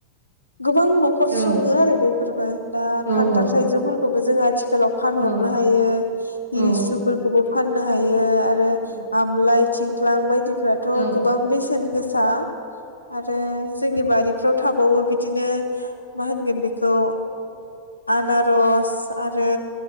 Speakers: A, on the left; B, on the right.
A: गोबां न'खर
B: औ
A: सङो आरो बेफोरबो दा
B: औ
A: खान्थाल
B: औ
A: थाइजौफोरखौबो जों आथि खालाव फानहरनो
B: औ उम
A: हायो
B: औ उम
A: लिसुफोरखौबो फाननो हायो आरो
B: उम
A: आमलाय थिंख्लां बायदिफ्राथ'
B: औ औ
A: गोबां बेसेन गोसा। आरो जोंनि बारिफ्राव थाबावो बिदिनो मा होनगोन बेखौ आनारस आरो